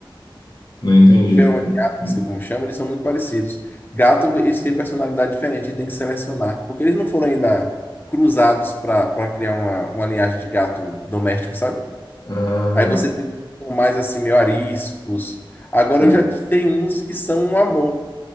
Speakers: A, on the left (about 55°); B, on the left (about 25°).
A: Não entendi.
B: tiver um gato,
A: Hum, hum.
B: não sei como chama, eles são muito parecidos. Gato, eles têm personalidade diferente, tem que selecionar, porque eles não foram ainda cruzados para para criar uma, uma linhagem de gato doméstico, sabe?
A: Ah,
B: Aí você tem uns que são mais assim, meio ariscos. Agora
A: entendi.
B: eu já tenho uns que são um amor,